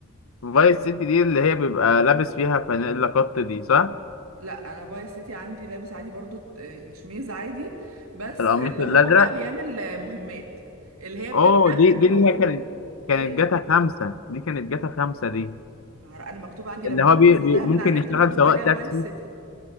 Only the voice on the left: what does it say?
فايس سيتي دي اللي هي بيبقى لابس فيها فانيلا قط دي صح؟
القميص
الأزرق
اه دي
دي
اللي هي
كانت
كانت
جاتا خمسة دي كانت جاتا خمسة دي
اللي هو
بي
بي ممكن
يشتغل
سواق
تاكسي